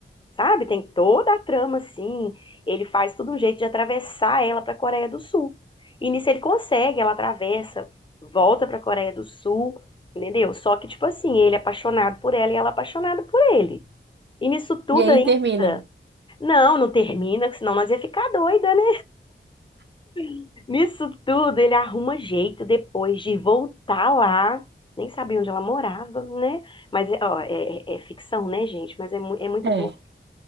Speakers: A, on the left; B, on the right.
A: sabe? Tem toda a trama assim. Ele faz todo um jeito de atravessar ela para a Coreia do Sul. E nisso ele consegue, ela atravessa, volta para a Coreia do Sul, entendeu? Só que tipo assim, ele é apaixonado por ela e ela é apaixonada por ele. E nisso tudo
B: E aí
A: ainda,
B: termina.
A: não, não termina, que senão nós ia ficar doida, né? <laughs> Nisso tudo ele arruma jeito depois de voltar lá. Nem sabia onde ela morava, né? Mas, ó, é, é- é ficção, né, gente? Mas é, mu- é muito
B: É.
A: envol-